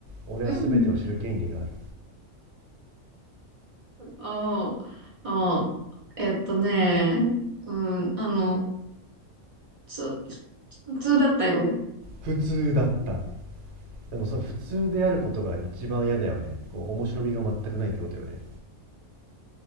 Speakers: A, on the right; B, on the right.
A: 俺は全てを知る権利がある
B: うん。ああ、ああ、えっとね、うん、あの、つ、普通だったよ。
A: 普通だったでもそれ普通であることが一番嫌だよねこう面白みが全くないってことよね